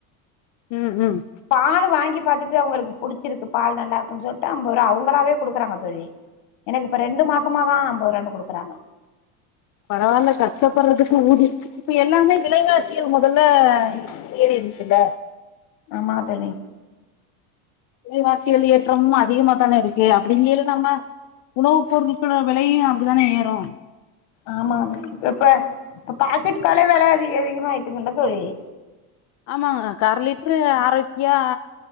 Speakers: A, on the left; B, on the left.
A: ம் ம்
B: பாலு வாங்கி பாத்துட்டு அவுங்களுக்கு புடிச்சிருக்கு பால் நல்லாருக்குன் சொல்ட்டு அம்பர்ருவா அவுங்களாவே குடுக்குறாங்க தோழி எனக்கு இப்ப ரெண்டு மாசமா தா அம்பதுருவானு குடுக்குறாங்க
A: பரவால்ல கஷ்டப்படுறதுக்கு ஊதி இப்ப எல்லாமே விலைவாசிகள் மொதல்ல ஏறிடுச்சில்ல
B: ஆமா தோழி
A: விலைவாசிகள் ஏற்றம் அதிகமா தான இருக் கு அப்டிங்கைள நம்ம உணவுப் பொருட்களோ வெலையு அப்டிதான ஏறு
B: ஆமாமா இப்ப இப்ப இப்ப பாக்கெட் பாலே வெல அதிக அதிகமாயிட்டுங்கள்ல தோழி
A: ஆமாங்க கர லிட்ரு ஆரோக்கியா